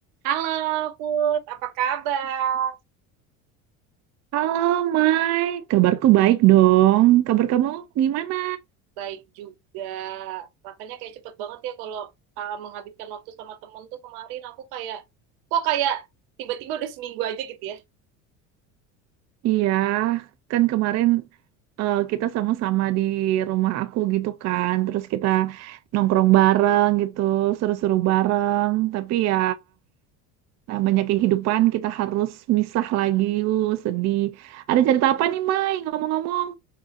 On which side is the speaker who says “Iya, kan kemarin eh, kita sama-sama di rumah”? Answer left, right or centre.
Right